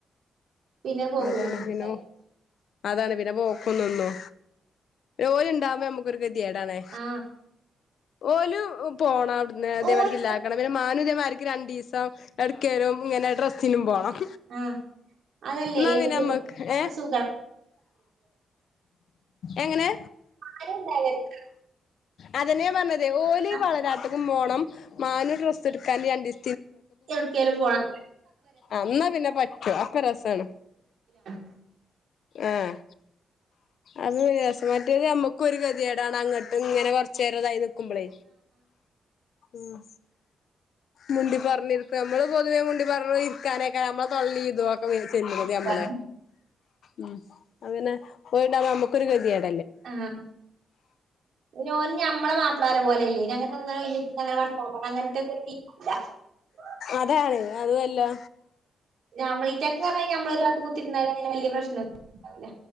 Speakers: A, on the right; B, on the left.
A: പിന്നെ പോക്കു
B: അതാണ്
A: നിന്നുല്ലേ
B: പിന്നെ അതാണ് പിന്നെ പോക്കും നിന്നു ജോലി ഇണ്ടാമ്പോ നമുക്കൊരു യേടാണ്
A: ആ
B: ഓലും പോണം അവിടുന്ന് അതേമാതിരി
A: ഓര്
B: <unintelligible> ആർക്ക് ഇല്ലാക്കണം പിന്നെ മാനു ഇതേപോലെ രണ്ടീസം എടുക്കരും ഇങ്ങനെ ഡ്രസ്സിനും പോണം
A: ആ അതല്ലേ
B: ന്നാ പിന്നെമ്മക്ക്
A: പിന്നെ സുഖം
B: എങ്ങനെ
A: ആരും ഉണ്ടാവരുത്
B: അതെന്നെയാ പറഞ്ഞതെ ഓലി
A: ആ
B: വളനാട്ട്ക്കും പോണം മാനു ഡ്രസ്സെടുക്കാൻ രണ്ടീസ്
A: എവിടക്കേലും പോണം
B: ആഹ് എന്നാ പിന്നെ പറ്റും അപ്പൊ രസാണ്
A: <unintelligible>
B: ആഹ് അത് <unintelligible> മറ്റേത് നമ്മക്കും ഒരു ഗതിയേടാണ് അങ്ങോട്ടും ഇങ്ങനെ കൊറച്ചു നേരായി നിക്കുമ്പളേ ഉം മുണ്ടി പറഞ്ഞിരിക്കാ നമ്മള് പൊതുവേ മുണ്ടി പറഞ്ഞു ഇരിക്കാനൊക്കെ <unintelligible> നമ്മളെ തൊള്ളേം ഇതുവൊക്കെ <unintelligible>
A: ആകാണ്
B: നമ്മള് ഉം അങ്ങനെ പോയിണ്ടാവുമ്പോ നമ്മുക്കൊരു ഗതിയേടാ
A: ആഹ് ഇനി ഓൻ ഞമ്മളെ മാപ്പിളമാരെ പോലെയല്ലേനി അങ്ങനെ ഒന്നും വെല്ല്യ <unintelligible> വർത്താനം പറഞ്ഞ് അങ്ങനത്തെ ഒരു <unintelligible>
B: അതാണ് അതുവല്ലാ
A: നമ്മൾ ഈറ്റക്ക് പറഞ്ഞ് നമ്മളൊരു ഭാഗത്ത് കുത്തിരുന്ന വല്ല്യ പ്രശ്നൊന്നും ഉണ്ടാവൂല്ല